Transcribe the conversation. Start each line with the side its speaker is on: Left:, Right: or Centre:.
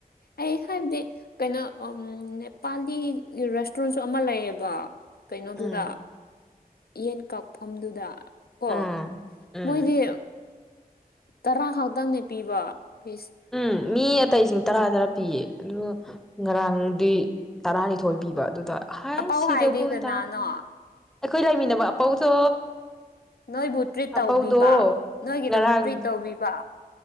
Left: ꯑꯩ ꯍꯥꯏꯕꯗꯤ꯫ ꯀꯩꯅꯣ ꯅꯦꯄꯥꯂꯤ ꯔꯦꯁꯇꯨꯔꯦꯟꯁꯨ ꯑꯃ ꯂꯩꯌꯦꯕ꯫ ꯀꯩꯅꯣꯗꯨꯗ
Centre: ꯎꯝ
Left: ꯌꯦꯟ ꯀꯛꯐꯝꯗꯨꯗ ꯑꯣ
Centre: ꯑꯥ ꯎꯝ
Left: ꯃꯣꯏꯗꯤ ꯇꯔꯥ ꯈꯛꯇꯪꯅꯦ ꯄꯤꯕ ꯄꯤꯁ
Centre: ꯎꯝ ꯃꯤ ꯑꯇꯩꯁꯤꯡ ꯇꯔꯥ ꯇꯔꯥ ꯄꯤꯌꯦ ꯑꯗꯨꯒ ꯉꯔꯥꯡꯗꯤ ꯇꯔꯥꯅꯤꯊꯣꯏ ꯄꯤꯕ ꯑꯗꯨꯗ ꯍꯥꯏ
Left: ꯑꯄꯥꯎ
Centre: ꯁꯤꯗꯕꯨ
Left: ꯍꯥꯏꯗꯤ ꯀꯅꯥꯅꯣ
Centre: ꯇꯔꯥ ꯑꯩꯈꯣꯏ ꯂꯩꯃꯤꯟꯅꯕ ꯑꯄꯧꯗꯣ
Left: ꯅꯣꯏꯕꯨ ꯇ꯭ꯔꯤꯠ ꯇꯧꯕꯤꯕ
Centre: ꯑꯄꯧꯗꯣ
Left: ꯅꯣꯏꯒꯤꯗꯃꯛ
Centre: ꯉꯔꯥꯡ
Left: ꯇ꯭ꯔꯤꯠ ꯇꯧꯕꯤꯕ